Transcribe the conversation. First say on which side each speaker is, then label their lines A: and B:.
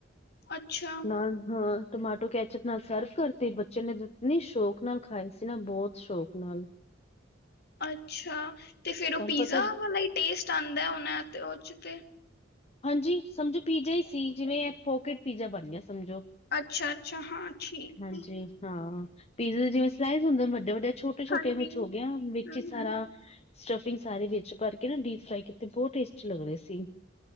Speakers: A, on the left; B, on the left.
A: ਅੱਛਾ,
B: ਨਾਲ ਹਾਂ। ਟਮਾਟੋ ਕੈਚਪ ਨਾਲ ਸਰਵ ਕਰ ਤੇ ਬੱਚੇ ਨੇ ਇਤਨੀ ਸ਼ੌਕ ਨਾਲ ਖਾਏ ਸੀ ਨਾ ਬਹੁਤ ਸ਼ੌਕ ਨਾਲ।
A: ਅੱਛਾ ਤੇ ਫਿਰ
B: ਤੁਹਾਨੂੰ
A: ਉਹ ਪੀਜ਼ਾ
B: ਪਤਾ
A: ਵਾਲਾ ਟੇਸਟ ਆਦਾ ਹੋਣਾ ਤੇ ਉਹ ਚ ਤੇ।
B: ਹਾਂਜੀ ਸਮਝੋ ਪੀਜ਼ਾ ਹੀ ਸੀ ਜਿਵੇਂ ਹੈ ਪੋਕੇਟ ਪੀਜ਼ਾ ਬਣ ਗਿਆ ਸਮਝੋ।
A: ਅੱਛਾ-ਅੱਛਾ ਹਾਂ ਠੀਕ
B: ਹਾਂਜੀ
A: ਆ,
B: ਹਾਂ। ਪੀਜ਼ੇ ਦੇ ਜਿਵੇਂ ਸਲਾਈਜ਼ ਹੁੰਦੇ ਵੱਡੇ ਵੱਡੇ ਛੋਟੇ ਛੋਟੇ
A: ਹਾਂਜੀ,
B: ਵਿੱਚ ਹੋ ਗਿਆ ਵਿੱਚ
A: ਹੂੰ-ਹੂੰ,
B: ਹੀ ਸਾਰਾ ਸਟਫਿੰਗ ਸਾਰੇ ਵਿੱਚ ਭਰ ਕੇ ਨਾ ਡੀਪ ਫਰਾਈ ਕੀਤੇ ਬਹੁਤ ਟੇਸਟੀ ਲੱਗ ਰਏ ਸੀ।